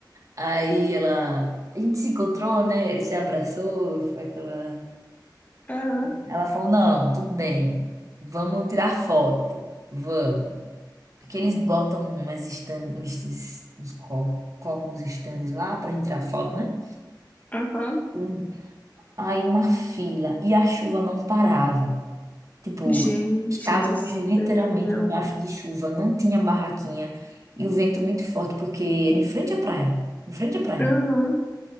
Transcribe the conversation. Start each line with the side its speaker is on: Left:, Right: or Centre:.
Right: Aí ela. A gente se encontrou, né? Se abraçou, foi aquela.
Left: Aham,
Right: Ela falou: não, tudo bem, vamos tirar foto, vamos. Aqui eles botam umas stand, uns, uns, colo- colocam uns stands lá pra gente tirar foto, né?
Left: aham.
Right: Hum. Aí uma fila e a chuva não parava. Tipo,
Left: Gente
Right: estávamos
Left: do céu.
Right: literalmente embaixo de chuva, não tinha barraquinha e o vento muito forte, porque era em frente à praia, em frente à praia.
Left: Aham.